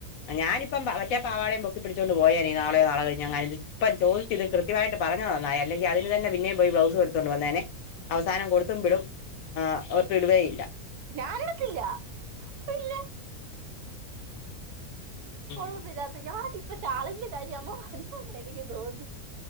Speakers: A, on the left (about 70°); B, on the right (about 80°).
A: ഞാനിപ്പം മറ്റേപ്പാവാേയും ബുക്കി പിടിച്ചുക കൊണ്ട് പോയേ നാളെയ നാളെ ഞാന ഇത് ഇപ്പം ചോദിച്ചിത് കൃത്യമായിട്ട് പറഞ്ഞു തന്നായി അല്ലെങ്കി അതിന് തന്നെ പിന്നേും പോയി ബ്ലൗസ് എടുത്തൊണ്ട് വന്നേെ അവസം കൊടുും വിടും ഒട്ട ഇവയി <unintelligible>
B: ഞൻ എടുത്തില്ലല്ല കൊള്ളദില്ല
A: ഉം
B: അത്ഞപ്പ ചാളന്റെ കാര്യ അമ്മ പറഞ്ഞോൊണ്ട എനിക്ക് തോന്നി